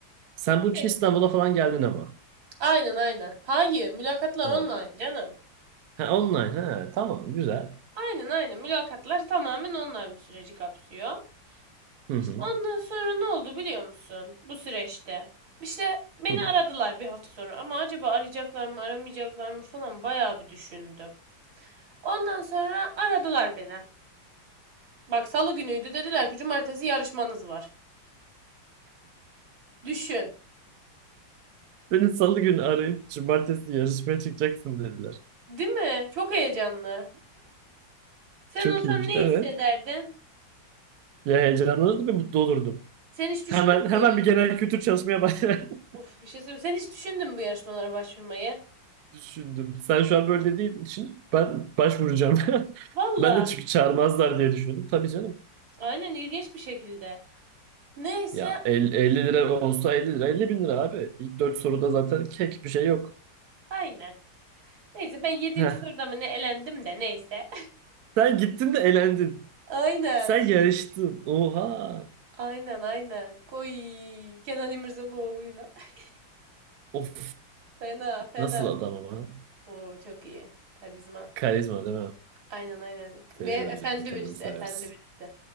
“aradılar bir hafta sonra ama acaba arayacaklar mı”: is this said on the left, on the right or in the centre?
Right